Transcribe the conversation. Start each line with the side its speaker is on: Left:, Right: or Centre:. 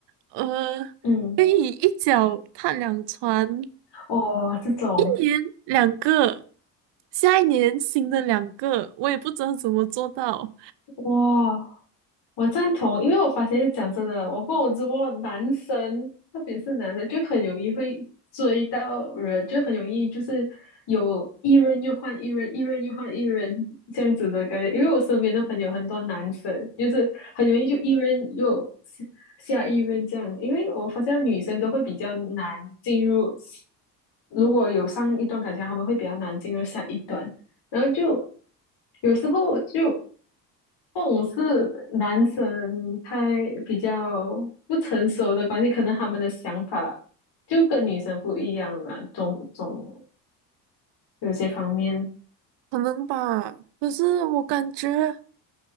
Right: 呃，
Left: 嗯，
Right: 可以一脚踏两船，一
Left: 哦，这种。
Right: 年两个，下一年新的两个，我也不知道怎么做到，
Left: 哇，我赞同，因为我发现讲真的，我不我直播男生，特别是男生，就很容易会追到人，就很容易就是有一任又换一任，一任又换一任这样子的感觉。因为我身边的朋友很多男生，就是很容易就一任又下下一任这样。因为我发现女生都会比较难进入，如果有上一段感情，他们会比较难进入下一段。然后就有时候就种是男生太比较不成熟的关系，可能他们的想法就跟女生不一样了，总总有些方面，
Right: 可能吧。可是我感觉。